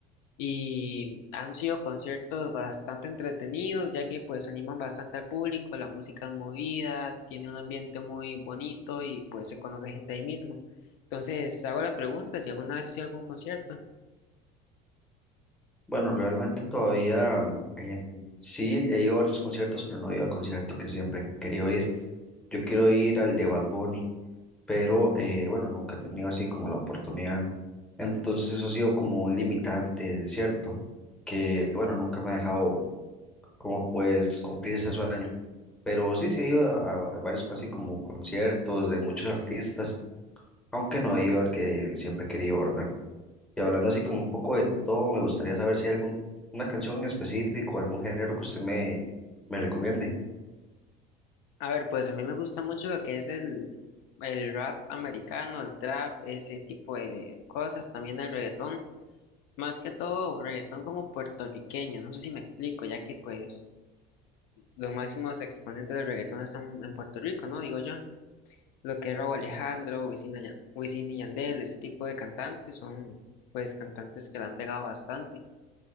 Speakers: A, on the left; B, in the centre.
A: Y han sido conciertos bastante entretenidos, ya que pues animan bastante al público, la música es movida, tiene un ambiente muy bonito y pues se conoce gente ahí mismo. Entonces, hago la pregunta si alguna vez has ido a algún concierto.
B: Bueno, realmente todavía mm, en- sí he ido a varios conciertos, pero no he ido al concierto que siempre he querido ir. Yo quiero ir al de Bad Bunny, pero eh, bueno, nunca he tenido así como la oportunidad. Entonces eso ha sido como un limitante, es ¿cierto? Que bueno, nunca me ha dejado como pues cumplir ese sueño. Pero sí, sí he ido a, a varios así como conciertos de muchos artistas aunque no he ido al que siempre he querido, ¿verdad? Y hablando así como un poco de todo, me gustaría saber si hay algún, una canción en específico, algún género que usted me, me recomiende.
A: A ver, pues a mí me gusta mucho lo que es el, el rap americano, el trap, ese tipo de cosas, también el reggaetón, más que todo reggaetón como puertorriqueño, no sé si me explico, ya que pues los máximos exponentes del reggaetón están en Puerto Rico, ¿no? Digo yo. Lo que es Rauw Alejandro, Wisin, y Yan- Wisin y Yandel, ese tipo de cantantes son pues cantantes que la han pegado bastante.